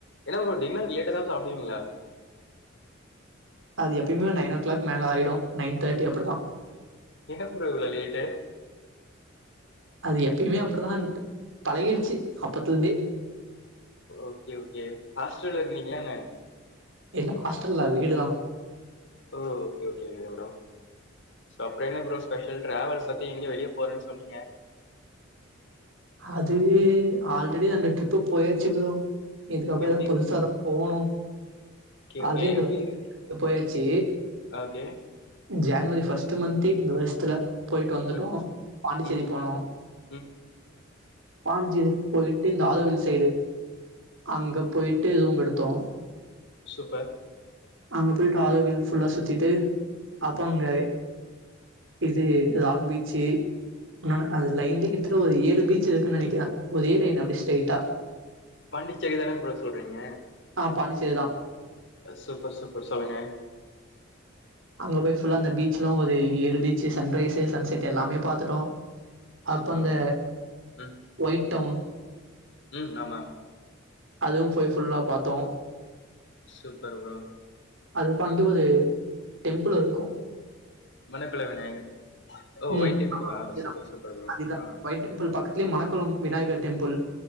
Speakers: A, on the left; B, on the right.
A: என்ன ப்ரோ டின்னர் லேட்டா தான் சாப்டுவீங்களா
B: அது எப்பயுமே நைன் ஓ கிளாக் மேல ஆய்டூம் நைன் தேர்டி அப்டி தான்
A: டிபன் ஃப்ரோ இவ்ளோ லேட்டு
B: அது எப்பயுமே அப்டிதான்ட்டு பழகிடுச்சு அப்பத்துல இருந்தே
A: ஓகே ஓகே ஹாஸ்டல்ல இருக்கருங்ரீங்களா ன
B: இல்ல ஹாஸ்டல்லா வீடுதான்
A: ஹ ஓகே ஓகேங்க ப்ரோ சோ அப்புறோம் என்ன ப்ரோ ஸ்பெஷல் டிராவல் பத்தி இங்க வெளிய போறன்னு சொன்னீங்க
B: அது ஆல்ரெடி அந்த ட்ரிப்பு போயாச்சு ப்ரோ இதுக்கப்புறோம்
A: எப்டி
B: புதுசாக ஏதாது போணு
A: ஓகே
B: அது
A: ஓகே
B: இந்த
A: எப்டி
B: வ போயாச்சு
A: ஓகே
B: ஜேன்வரி ஃபர்ஸ்ட் மந்த் இந்த வருஷத்துல போயிட்டு வந்துட்டோம்
A: ம்
B: பாண்டிச்சேரி
A: ம் ம்
B: போனோ
A: ம்
B: பாஞ்டிசேரி போயிட்டு இந்த ஆதவில் சைடு அங்க போயிட்டு ரூம் எடுத்தோம்
A: சூப்பர்
B: அங்க போய் ஆருவில் ஃபுல்லா சுத்திட்டு அப்றோ அங்க இது ராக் பீச்சு இன்னொன்னு அது லையின்லே கிட் டத்தட்ட ஒரு ஏழு பீச் இருக்குன் நெனைக்குறே ஒரே லைன் அப்டியே ஸ்ட்ரைட்டா
A: பாண்டிச்சேரிதா ப்ரோ சொல்றீங்க
B: ஆ பாண்டிச்சேரிதா
A: அ சூப்பர் சூப்பர் சொல்லுங்க
B: அங்க போய் ஃபுல்லா அந்த பீச் எல்லா ஒரு ஏழு beach sunrise sunset எல்லாமே பாத்துட்டோ அப்ப
A: சூப்பர்
B: அந்த
A: ப்ரோ ம்
B: ஒயிட் டவுன்
A: ம் ஆமா
B: அதுவு போய் ஃபுல்லா பாத்தோ
A: சூப்பர் ப்ரோ
B: அது பண்ட்டு ஒரு டெம்புளுருக்கோ
A: மணக்குளோ விநாயகர் ஓ
B: ம்.
A: ஒயிட் டெம்புளா
B: அதேதான்
A: சூப்பர் சூப்பர் ப்ரோ
B: அதேதான்.
A: ஆ
B: ஒயிட் டெம்பிள் பக்கத்துலே மணக்குளம் விநாயகர் டெம்பிள்